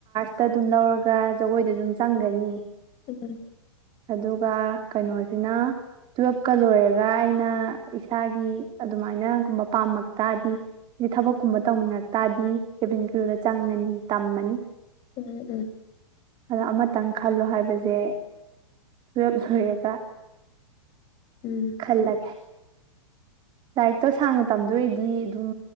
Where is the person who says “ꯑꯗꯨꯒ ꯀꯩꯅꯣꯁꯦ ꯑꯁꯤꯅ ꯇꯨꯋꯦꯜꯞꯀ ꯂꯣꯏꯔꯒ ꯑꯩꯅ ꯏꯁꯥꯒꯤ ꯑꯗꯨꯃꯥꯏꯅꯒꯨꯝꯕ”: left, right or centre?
Right